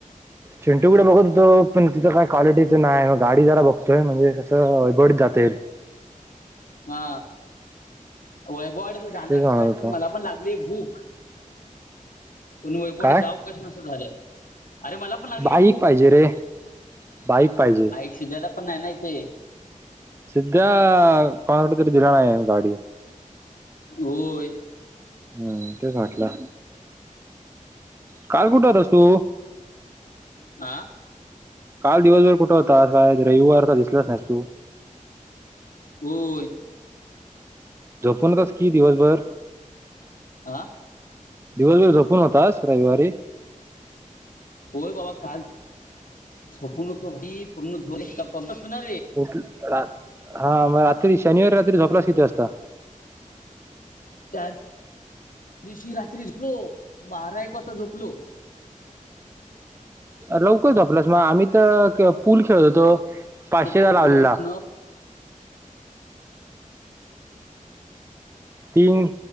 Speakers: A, on the right; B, on the left.
A: चिंटूकड बघत होतो, पण तिथं काय क्वालिटीचं नाय मग गाडी जरा बघतो. तय म्हणजे कसं गोड खातेल.
B: हा, वैभववाडीत जाणार
A: तेच म्हणत
B: कसं
A: होतो
B: पण मला पण लागलीये भूक. पण वैभववाडीत
A: काय
B: जाऊ कसं नसं झालंय, अरे मला पण लागलीये
A: बाईक
B: भूक.
A: पाहिजे रे बाईक पाहिजे.
B: सिध्याला पण नाही ना इथे.
A: सिध्या, <unintelligible> दाढी.
B: होय.
A: हम्, तेच वाटला. काल कुठे होतस तू.
B: आ
A: काल दिवसभर कुठे होतास, आज रविवार काय दिसलाच नाहीस तू.
B: होय.
A: झोपून होतास की दिवसभर.
B: आं
A: दिवसभर झोपून होतास, रविवारी.
B: होय बाबा काल, झोपून होतो की, पूर्ण झोप, पाऊसात ना रे.
A: <unintelligible> हा मग रात्री शनिवारी रात्री झोपलास किती वाजता.
B: त्या दिवशी रात्री झोपलो, बारा एक वाजता झोपलो.
A: लवकर झोपलास मग आम्ही तर, पूल खेळत होतो, पाचशेचा
B: झोपलो
A: लावलेला.
B: झोप झाली पुन्हा
A: तीन,